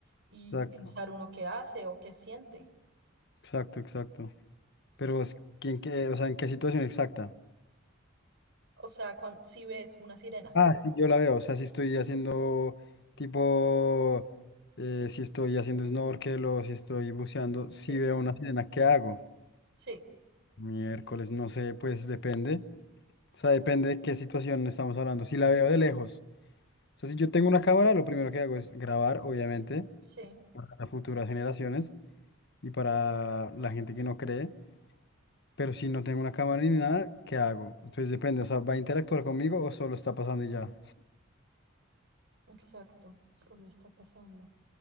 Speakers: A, on the right (about 60°); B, on the left (about 55°).
A: y
B: Exacto,
A: pensar uno qué hace o qué siente.
B: exacto, exacto. Pero es que, en qué, o sea, ¿en qué situación exacta?
A: O sea, cuan- si ves una sirena.
B: Ah, sí, yo la veo. O sea, si estoy haciendo tipo, eh, si estoy haciendo snorkel o si estoy buceando, si
A: Sí.
B: veo una sirena, ¿qué hago?
A: Sí,
B: Miércoles, no sé, pues depende. O sea, depende de qué situación estamos hablando. Si la veo de lejos. O sea, si yo tengo una cámara, lo primero que hago es grabar, obviamente,
A: sí,
B: para futuras generaciones y para la gente que no cree. Pero si no tengo una cámara ni nada, ¿qué hago? Entonces depende, o sea, ¿va a interactuar conmigo o solo está pasando y ya?
A: exacto. Solo está pasando.